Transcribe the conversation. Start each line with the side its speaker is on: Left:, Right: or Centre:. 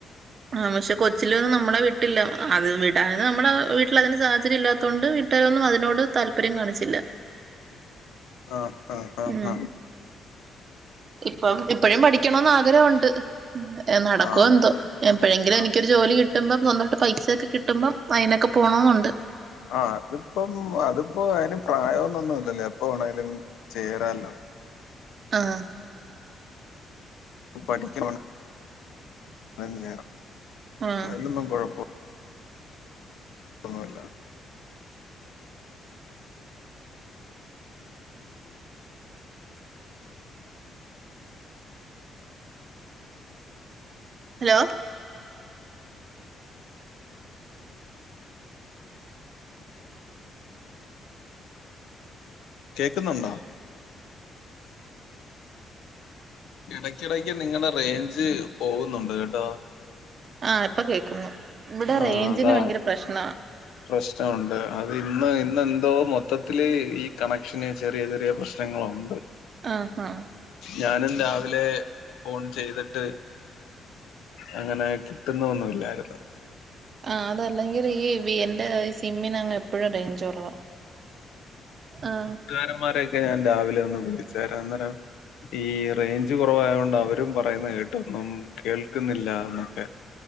Right: ആ പക്ഷെ കൊച്ചിലൊന്നും നമ്മളെ വിട്ടില്ല അത് വിടാന് അ നമ്മള്ളെ വീട്ടിൽ അതിന് സാഹചര്യം ഇല്ലാത്തോണ്ട് വിട്ടി വീട്ടാരൊന്നും അതിനോട് താല്പര്യം കാണിച്ചില്ല
Left: ആഹ് ആഹ് ആഹ്
Right: ഉം
Left: ആഹ
Right: ഇപ്പം ഇപ്പഴും പഠിക്കണംന്ന് ആഗ്രഹുണ്ട് നടക്കോ
Left: ആഹ്
Right: എന്തോ എപ്പഴെങ്കിലും
Left: ആഹ്
Right: എനിക്കൊരു ജോലി കിട്ടുമ്പം സ്വന്തമായിട്ട് പൈസയൊക്കെ കിട്ടുമ്പം അയ്നൊക്കെ പോണംന്നുണ്ട്
Left: ആഹ അതിപ്പം അതിപ്പോ അയ്ന് പ്രായന്നുംല്ലല്ലോ എപ്പം വേണേലും ചേരാല്ലോ
Right: ആഹ
Left: പഠിക്ക... എന്നും ചേര
Right: ആഹ്
Left: അതിലൊന്നും കുഴപ്പം ഒന്നുല്ല
Right: ഹലോ
Left: കേൾക്കുന്നുണ്ടോ? ഇടക്കിടക്ക് നിങ്ങളുടെ റേഞ്ച് പോകുന്നുണ്ട് കേട്ടോ
Right: ആഹ ഇപ്പൊ കേക്കുന്നു ഇവിടെ
Left: ആഹ്
Right: റേഞ്ചിന്
Left: അതാ
Right: ഭയങ്കര പ്രശ്ന
Left: പ്രശ്നമുണ്ട് അത് ഇന്ന് ഇന്ന് എന്തോ മൊ മൊത്തത്തില് ഈ കണക്ഷന് ചെറിയ ചെറിയ പ്രശ്നങ്ങളുണ്ട്
Right: ആഹാ
Left: ഞാനും രാവിലെ ഫോൺ ചെയ്തിട്ട് അങ്ങനെ കിട്ടുന്നൊന്നുയിലായിരുന്നു
Right: ആ അതെല്ലെങ്കിലും ഈ വി അന്റെ ഈ സിമ്മിന് അങ്ങ് എപ്പഴും റേഞ്ച് കുറവാ ആഹ
Left: രന്മാരൊക്കെ ഞാൻ രാവിലെ ഒന്ന് വിളിച്ചതാ അന്നേരം ഈ റേഞ്ച് കുറവായത് കൊണ്ട് അവരും പറയുന്ന കേട്ടൊന്നും കേൾക്കുന്നില്ല എന്നൊക്കെ